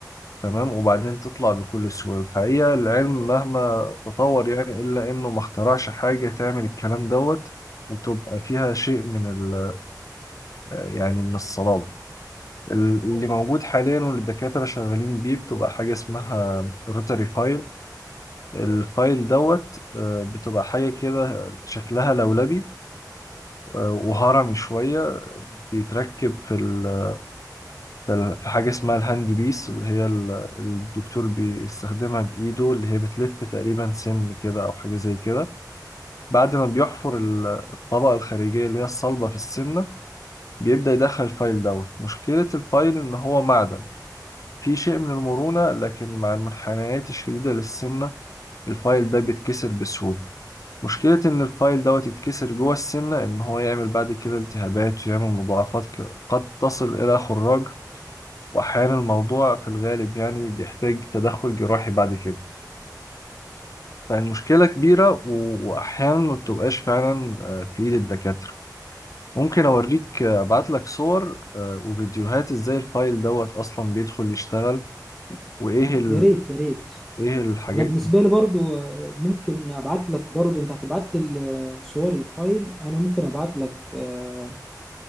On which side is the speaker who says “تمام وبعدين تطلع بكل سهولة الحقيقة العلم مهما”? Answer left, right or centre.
Left